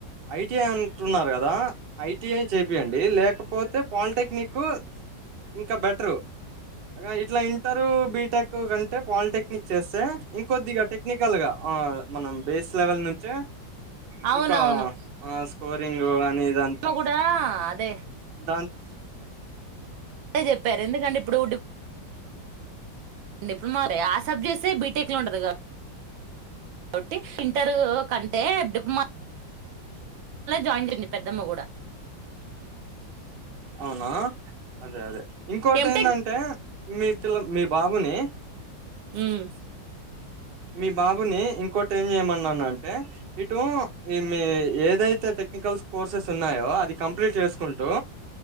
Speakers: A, on the right (about 60°); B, on the right (about 80°).
A: ఐటి అంటున్నారు కదా ఐటీ అఐ చెపియండి లేకపో పోతే పాలిటెక్నిక్ ఇంకా బెటరు ఇట్లా ఇంటర్ బీటెక్ కంటే పాలిటెక్ టెక్నిక్ చేస్తే ఇంకొద్దిగా టెక్నికల్ గా మనం బేస్ లెవెల్ నుంచి
B: అవునవును
A: ఇంకా ఆ స్కోరింగ్ అని ఇదంతా
B: అమ్మ కూడా అదే
A: దాంత్
B: అే చెప్పారు ఎందుకంటే ఇప్పుడు డిప్ల ఆ సబ్జెక్ట్ బీటెక్ లో ఉంటది కాబట్టి ఇంటర్ కంటే డిప్లమా జాయిన్ పెద్దమ్మ కూడా
A: అవునా అదే అదే ఇంకోటి
B: ఎంటెక్
A: ఏంటంటే మీ పిల్ల మీ బాబుని
B: హమ్
A: మీ బాబుని ఇంకోటి ఏం చేయమన్నాన అంటే ఇటు ఈ మీ ఏదైతే టెక్నికల్ కోర్సెస్ ఉన్నాయో అది కంప్లీట్ చేసుకుంటూ